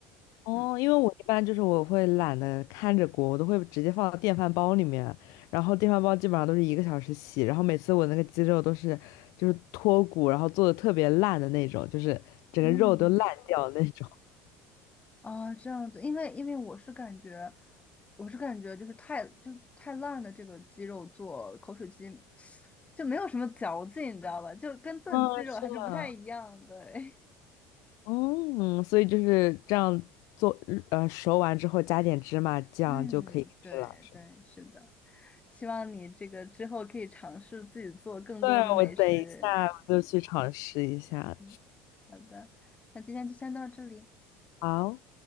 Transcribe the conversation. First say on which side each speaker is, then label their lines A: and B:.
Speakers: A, on the left; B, on the left.
A: 哦，
B: 嗯。
A: 因为我一般就是我会懒得看着锅，我都会直接放到电饭煲里面，然后电饭煲基本上都是一个小时洗，然后每次我那个鸡肉都是就是脱骨，然后做的特别烂的那种，就是整个肉都烂掉的那种。
B: 嗯。
A: <laughs>
B: 啊，这样子，因为因为我是感觉，我是感觉就是太就是太烂的这个鸡肉做口水鸡，就没有什么嚼劲，你知道吧？就跟炖鸡肉还是不太一样对，
A: 啊，是的，嗯，所以就是这样做，呃，熟完之后加点芝麻酱就可以吃了，
B: <laughs> 嗯，对对，
A: 是吗？
B: 是的，希望你这个之后可以尝试自己做更多的美食。
A: 对，我等一下我就去尝试一下。
B: 嗯，好的，那今天就先到这里。
A: 好。